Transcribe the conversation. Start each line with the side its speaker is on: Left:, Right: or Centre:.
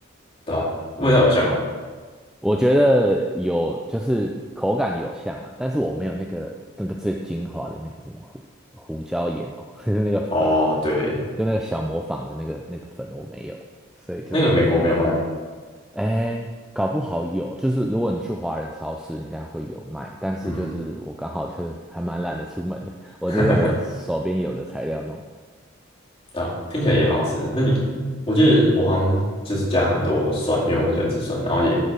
Left: 对啊，味道有像吗？
Centre: 嗯，我觉得有就是口感有像啦，但是我没有那个那个最精华的那个什么胡胡椒盐哦，<laughs> 就是那个粉，
Left: 哦，对，
Centre: 就那个小磨坊的那个那个粉我没有，所以就。
Left: 那个美国没有卖吗？
Centre: 哎，搞不好有，就是如果你去华人超市，应该会有卖。但是就是我刚好就是还蛮懒得出门的，
Left: 嗯，
Centre: <laughs> 我就用我手边有的材料弄。
Left: <laughs> 对啊，听起来也蛮好吃的。那你，我记得我好像就是加很多蒜，因为我很喜欢吃蒜，然后也